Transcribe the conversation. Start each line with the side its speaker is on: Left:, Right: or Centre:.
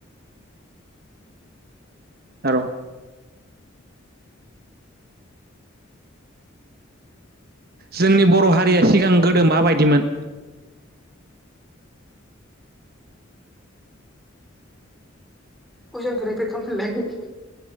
Right: र जोंनि बर' हारिया सिगां गोदो माबायदिमोन
Centre: कुइनस खौ रिफिद खालाम फिनलाय